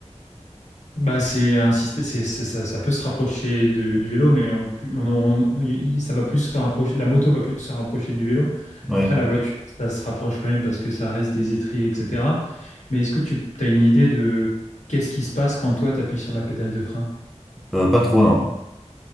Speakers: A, on the left (about 80°); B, in the centre.
A: Bah, c'est un système, c'est, c'est- ça, ça peut se rapprocher de- du vélo, mais on- on- on- il- ça va plus se rapprocher, la moto va plus se rapprocher du vélo.
B: Ouais,
A: Après, la voiture, ça se rapproche quand même parce que ça reste des étriers, etc. Mais est-ce que tu as une idée de qu'est-ce qui se passe quand toi, tu appuies sur la pédale de frein?
B: Euh, pas trop non.